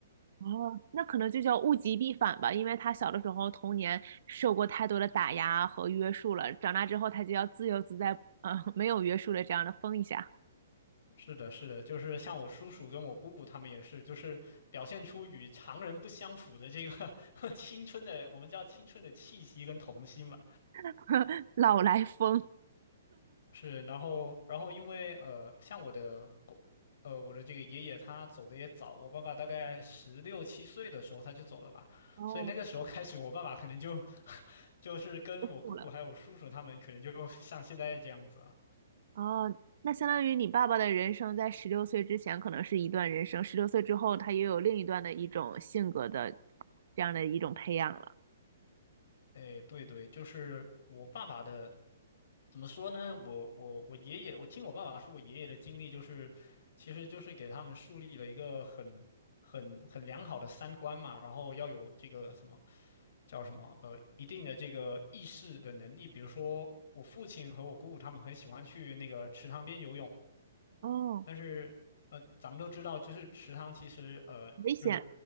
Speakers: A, on the right; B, on the left.
A: 哦，那可能就叫物极必反吧，因为他小的时候童年受过太多的打压和约束了，长大之后他就要自由自在，嗯、没有约束的这样的疯一下，
B: 是的，是的，就是像我叔叔跟我姑姑他们也是，就是表现出与常人不相符的这个 <laughs> 青春的，我们叫青春的气息跟童心嘛。
A: <laughs> 老来疯。
B: 是，然后，然后因为呃，像我的呃，我的这个爷爷他走的也早，我爸爸大概十六七岁的时候他就走了吧，
A: 哦，
B: 所以那个时候开始，我爸爸可能就就是跟我姑姑还有我叔叔他们，
A: 不酷了。
B: 可能就 <laughs> 像现在这样子了。
A: 哦，那相当于你爸爸的人生在十六岁之前可能是一段人生，十六岁之后他也有另一段的一种性格的这样的一种培养了。
B: 哎，对对，就是我爸爸的，怎么说呢？我我我爷爷，我听我爸爸说，我爷爷的经历就是，其实就是给他们树立了一个很很很良好的三观嘛，然后要有这个什么。叫什么呃一定的这个意识的能力，比如说我父亲和我姑姑他们很喜欢去那个池塘边游泳，
A: 哦，
B: 但是呃，咱们都知道，就是池塘其实呃，
A: 危险，
B: 就是